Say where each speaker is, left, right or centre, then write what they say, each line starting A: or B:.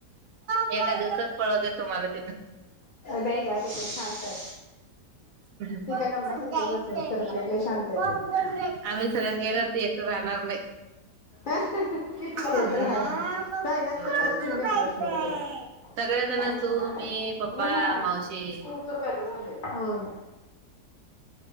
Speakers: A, on the right; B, on the left.
A: एका दिवसात पळवत तुम्हाला ते पण
B: बाई ग लेकरू शांत <inaudible>
A: बंद
B: नम्मासारखी
A: करून जायचं,
B: वचवच करत नाही लय शांत आहे
A: बंद
B: ती.
A: करून जायचं आम्ही सगळे गेल्यावर तू एकट रहा करणार नाही
B: आह् ते
A: हम्म
B: तर आहेच
A: हो.
B: राहिला तर खरच ठेून घेतल
A: जायचंय?
B: असत मी तुला
A: सगळेजणच
B: हो
A: तू,
B: का
A: मी, पप्पा,
B: ना
A: मावशी
B: कुठेच तर राहिना झालय हम <inaudible>